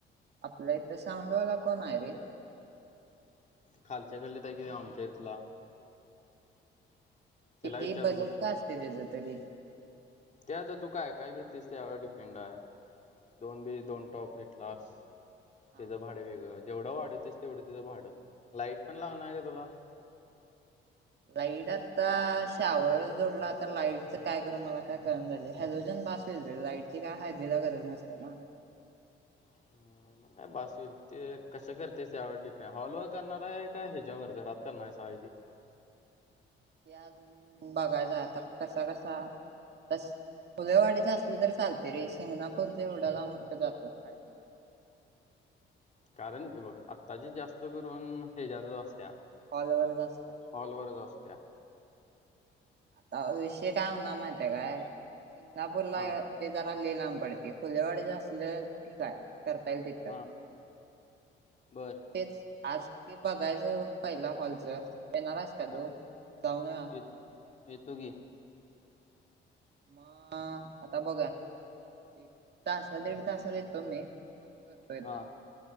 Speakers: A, on the right; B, on the left.
A: आपलं इथं साऊंडवाला कोण आहे रे.
B: खालच्या गल्ली त आहे की आमच्या इथला त्याला
A: किती
B: विचारून
A: बजेट
B: बघ की
A: काय असते त्याच तरी
B: ते आता तू काय काय घेततीस त्यावर डिपेंड आहे. दोन बीज दोन टॉप घेतलास.
A: हा
B: तिचं भाडं वेगळं जेवढं वाढवतेस तेवढं तिचं भाडं लाईट पण लागणार आहे का तुला
A: लाईट आता शावर जोडला आता लाईटच काय करू मला काय कळना झाले हॅलोजन बाास. लाईटची काय हाळदीला गरज नसते ना.
B: हम्म. बास होईल ते कश करतेस यावर डिपेंड हॉलवर करणार आहे काय ह्याच्यावर घरात करणार आहे हळदी
A: ते अजून बघायच आता कसा कसा तस फुलेवाडीच असले तर चालते रे शिंगणापूरच एवढा लांब कुठे जातो हळदी ला.
B: कारण बघ आत्ताची जास्त करून ह्याच्यात च असत्या
A: हॉल वर च असतात.
B: हॉल वर असत्या.
A: आता विषय काय होणार माहितीये काय सिंगना पूरला
B: हा
A: ते जरा लइ लांब पडते फुलेवाडे ज असल्या ठीक आहे करता येईल तिथं
B: हा बर
A: तेच आज ते बघायचं पहिला हॉलच येणार. का तू
B: हा
A: जाऊन येऊया
B: य येतो की.
A: म आता बघा. एक तास दीड तासाला येतो मी, फोन कर
B: हा